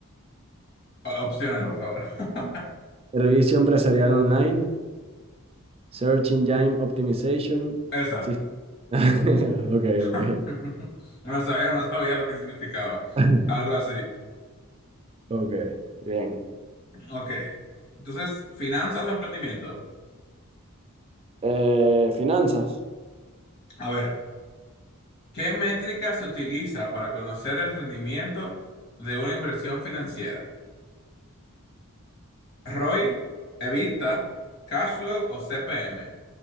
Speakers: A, on the left; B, on the right.
A: o- opciones, por favor. <laughs>
B: Servicio empresarial online, Search Engine Optimization,
A: Esa.
B: sist- <laughs> Ok,
A: <laughs>
B: ok.
A: No sabía, no sabía lo que significaba.
B: <laughs>
A: Algo así.
B: Ok, bien.
A: Ok. Entonces, finanzas o emprendimiento.
B: Eh, finanzas.
A: A ver, ¿qué métrica se utiliza para conocer el rendimiento de una inversión financiera? ROI, EBITDA, cash flow o CPM.